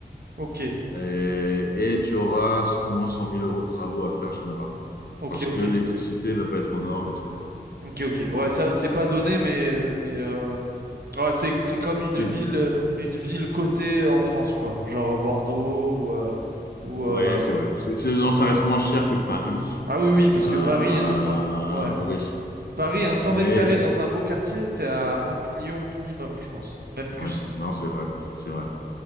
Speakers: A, on the right; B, on the left.
A: ok,
B: Et, et tu auras au moins cent mille euros de travaux à faire généralement.
A: ok,
B: Parce
A: ok.
B: que l'électricité va pas être aux normes, etc.
A: Ok, ok. Ouais, ça, c'est pas donné, mais, mais euh, ouais, c'est, c'est comme une
B: C'est-
A: ville, euh, une ville cotée en France, quoi. Genre euh, Bordeaux ou, euh, ou euh,
B: Ouais, c'est vrai. C'est- c'est- non, ça reste moins cher que Paris.
A: Ah oui, oui, parce
B: Euh,
A: que Paris, a un cent ouais.
B: oui.
A: Paris, a un 100
B: Mais,
A: mètres carrés dans un beau quartier, t'es à un million minimum, je pense. Même plus.
B: ouais, non, c'est vrai. C'est vrai.